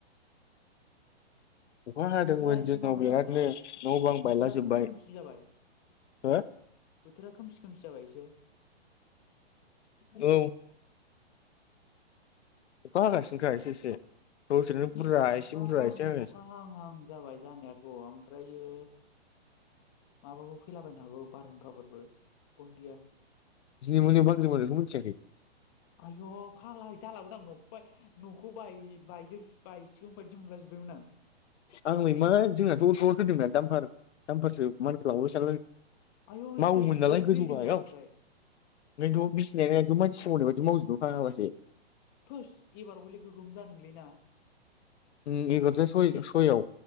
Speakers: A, on the left; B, on the left.
A: अखा हादोंमोन
B: बोथोरा एसे
A: जोंनाव
B: माबा
A: बिरादनो
B: जाबायना
A: न' बां
B: बोथोरा
A: बायलाजोब्बाय
B: खोमसि खोमसि जाबाय
A: हो
B: बोथोरा खोमसि खोमसि जाबाय एसे
A: औ अखा हागासिनोखा एसे एसे दसेनो बुरजा
B: अखा
A: एसे बुरजा
B: हां
A: एसे हागासिनो
B: अखा हां हां जाबाय जानायाथ' ओमफ्रायो माबाबो फैलाबायनो हागौ बारहुंखाफोरबो गद गैया
A: दिनै मोनायाव बांग्रि मावनायखौ मिथियाखै
B: आय' फाग्ला जालाबोदां न'खौय न'खौ बाय बायजोब बायसिगोन बायदि मोनलाजोब्बायमोन आं
A: आंलायमा जोंनाथ' <unintelligible> दामफार दामफारसो मानखौ लांबाय सानलाय
B: आय'
A: मावोमोन
B: स्टेप नोंसिनाथ'
A: नालाय गोजौ
B: बिल्डिंबाव
A: गाहायाव
B: ओमफ्राय
A: नोंथ' बिसिना मानसि सोमावनाय बायदि मावजोबदों फाग्लासो
B: थोस एबार हले गोगोम जादोंलैना
A: उम एगार'था सय सयआव